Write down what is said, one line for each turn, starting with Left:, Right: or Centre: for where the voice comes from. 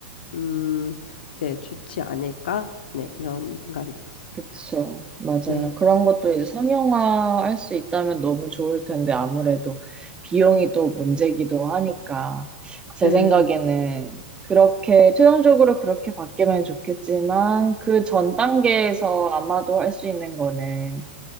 Left: 음, 네, 좋지 않을까? 네, 이런 생각이 들었습니다.
Right: 그쵸. 맞아요.
Left: 네.
Right: 그런 것도 이제 상용화 할 수 있다면 너무 좋을 텐데, 아무래도 비용이 또 문제기도 하니까, 제
Left: 네.
Right: 생각에는 그렇게, 최종적으로 그렇게 바뀌면 좋겠지만, 그 전 단계에서 아마도 할 수 있는 거는,